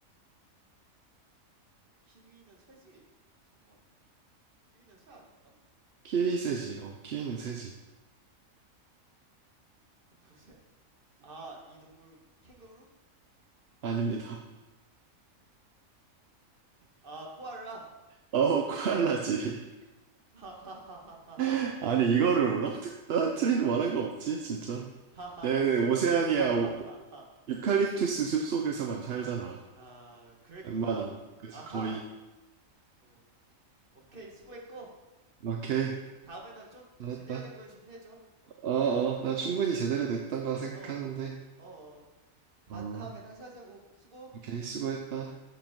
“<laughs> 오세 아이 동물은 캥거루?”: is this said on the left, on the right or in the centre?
Right